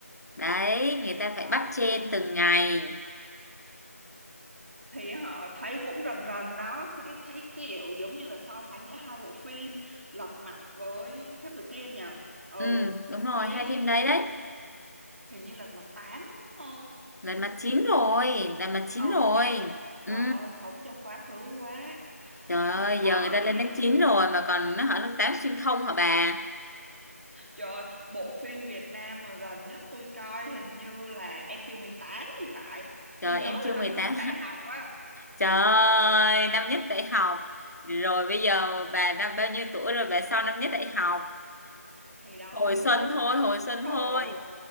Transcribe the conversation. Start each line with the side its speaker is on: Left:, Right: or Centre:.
Left: đấy người
Right: Trời
Left: ta phải
Right: ơi.
Left: bắt chen từng ngày
Right: Thì họ thấy cũng rần rần đó thì thấy kiểu giống như là so sánh giữa hai bộ phim Lật Mặt với Tháp Được Kiên nhỉ ừ
Left: ừ đúng rồi
Right: thấy
Left: hai phim đấy đấy
Right: hình như Lật Mặt 8 đúng không
Left: là
Right: hay
Left: mặt
Right: Lật Mặt
Left: chín
Right: 6
Left: rồi
Right: gì đó
Left: là mặt chín
Right: ồ
Left: rồi
Right: ồ vậy hả
Left: ừ
Right: trời ơi sống trong quá khứ quá
Left: trời
Right: Ờ,
Left: ơi
Right: đó
Left: giờ người ta lên
Right: thì
Left: đến chín rồi mà còn nó hỏi lớp tám xuyên không hả bà
Right: trời ơi, bộ phim Việt Nam mà gần nhất tôi coi hình như là Em Chưa mười tám thì phải
Left: trời
Right: tôi nhớ
Left: em chưa
Right: là năm
Left: mười
Right: nhất
Left: tám
Right: đại học á
Left: Trời
Right: <laughs>
Left: ơi, năm nhất đại học Rồi bây giờ bà năm bao nhiêu tuổi rồi bà sau năm nhất đại học
Right: thì đó
Left: Hồi
Right: lâu
Left: xuân thôi,
Right: lắm
Left: hồi xuân
Right: rồi
Left: thôi